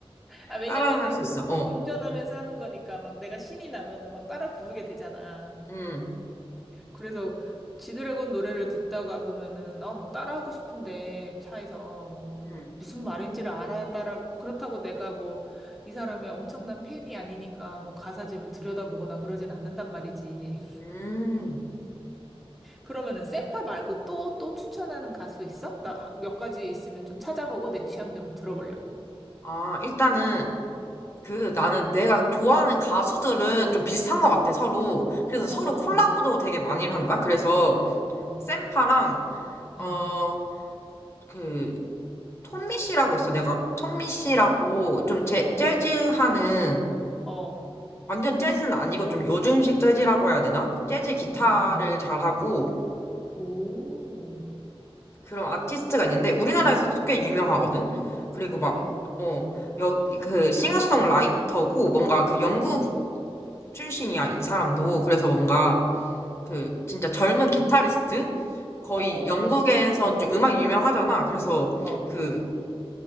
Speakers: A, in the centre; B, on the left (about 25°).
A: 아, 왜냐면은
B: 따라는 할
A: 이게
B: 수 있어. 어.
A: 운전하면서 하는 거니까 막 내가 신이 나면은 막 따라 부르게 되잖아.
B: 음,
A: 그래서 지드래곤 노래를 듣다가 보면은 아, 막 따라하고 싶은데 차에서 막
B: 음,
A: 무슨 말인지를 알아야 따라 그렇다고 내가 뭐 이 사람의 엄청난 팬이 아니니까 뭐 가사집을 들여다보거나 그러진 않는단 말이지.
B: 음.
A: 그러면은 샘파 말고 또 또 추천하는 가수 있어? 나 몇 가지 있으면 좀 찾아보고 내 취향 좀 들어보려고.
B: 아, 일단은, 그, 나는 내가 좋아하는 가수들은 좀 비슷한 것 같아, 서로. 그래서 서로
A: 어,
B: 콜라보도 되게 많이 한다. 그래서,
A: 어,
B: 샘파랑,
A: 응,
B: 어, 그, 톰미 씨라고 있어. 내가 톰미 씨라고 좀 제,
A: 어,
B: 재즈 하는,
A: 어,
B: 완전 재즈는 아니고 좀 요즘식 재즈라고 해야 되나? 재즈 기타를
A: 응, 응.
B: 잘하고
A: 오,
B: 그런 아티스트가 있는데 우리나라에서도 꽤 유명하거든? 그리고
A: 그래?
B: 막, 어,
A: 음.
B: 여, 그 싱어송라이터고 뭔가 그 영국 출신이야, 이 사람도. 그래서 뭔가 그 진짜 젊은 기타리스트? 거의
A: 어, 어,
B: 영국에선 좀 음악이 유명하잖아. 그래서
A: 어,
B: 그